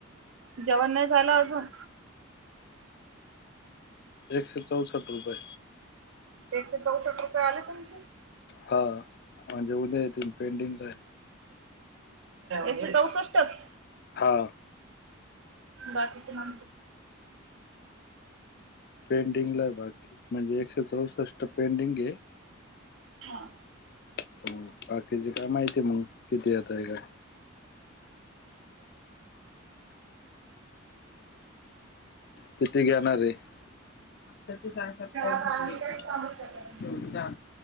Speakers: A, on the right; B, on the left.
A: जेवण नाही झालं अजून.
B: एक से चौसठ रुपये.
A: एकशे चौसष्ट रुपये आले तुमचे.
B: हां म्हजे उदयत पेंडिंग ला.
A: एकशे चौसष्टच.
B: हा.
A: बाकीच न.
B: पेंडिंगला आहे बाकी म्हणजे एकशे चौसष्ट. पेडिंग आहे
A: हा
B: त बाकी ज <inaudible> का माहितीय मग किती यताय काय? तिती घेणारे, आत्ताचेचय सातॉलरले
A: आता आम्ही काहीच सांगू शकत
B: तेवढ जा